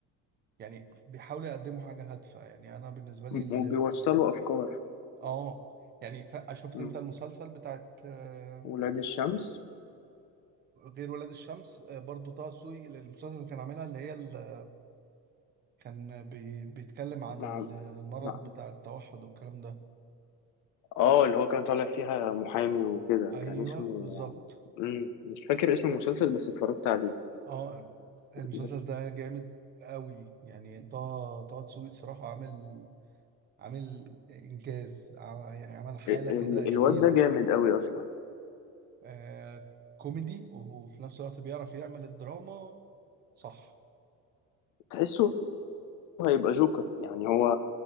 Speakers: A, on the right; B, on the left.
A: يعني بيحاولوا يقدموا حاجة هادفة يعني أنا بالنسبة لي ال...
B: وبيوصلوا أفكار
A: آه يعني ف- شفت
B: مم.
A: أنت المسلسل بتاعت آه،
B: ولاد الشمس
A: غير ولاد الشمس آه، برضو طه سوي المسلسل اللي كان عاملها اللي هي اللي كان بي بيتكلم عن
B: مع
A: ال- المرض
B: مع
A: بتاع التوحد والكلام ده
B: اه اللي هو كان طالع فيها محامي وكده
A: ايوه
B: كان اسمه
A: بالظبط
B: مم. مش فاكر اسم المسلسل بس اتفرجت عليه
A: اه المسلسل
B: ال-
A: ده جامد قوي يعني طه طه دسوقي الصراحه عامل عامل انجاز ع- يعني عمل حاله
B: ال-
A: كده جميله
B: الواد ده جامد قوي أصلا
A: آه كوميدي وفي نفس الوقت بيعرف يعمل الدراما صح
B: تحسه هيبقى جوكر يعني هو